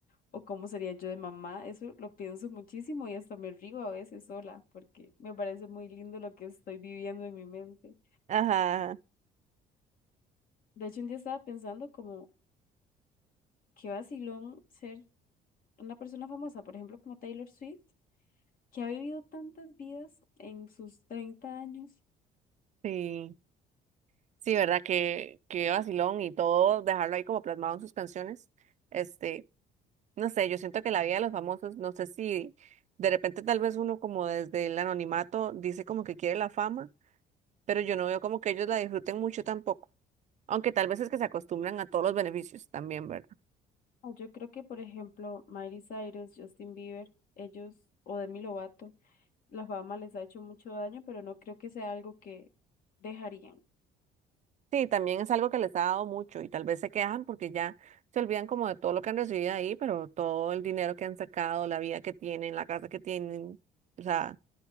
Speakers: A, on the left; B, on the right.
A: o cómo sería yo de mamá, eso lo pienso muchísimo y hasta me río a veces sola, porque me parece muy lindo lo que estoy viviendo en mi mente.
B: Ajá,
A: De hecho, un día estaba pensando como qué vacilón ser una persona famosa, por ejemplo, como Taylor Swift, que ha vivido tantas vidas en sus 30 años.
B: sí. Sí, ¿verdad? Que, que vacilón y todo, dejarlo ahí como plasmado en sus canciones. Este, No sé, yo siento que la vida de los famosos, no sé si de repente tal vez uno como desde el anonimato dice como que quiere la fama, pero yo no veo como que ellos la disfruten mucho tampoco. Aunque tal vez es que se acostumbran a todos los beneficios también, ¿verdad?
A: O Yo creo que, por ejemplo, Miley Cyrus, Justin Bieber, ellos, o Demi Lovato. las fama les ha hecho mucho daño, pero no creo que sea algo que dejarían.
B: Sí, también es algo que les ha dado mucho y tal vez se quejan porque ya se olvidan como de todo lo que han recibido ahí, pero todo el dinero que han sacado, la vida que tienen, la casa que tienen, o sea,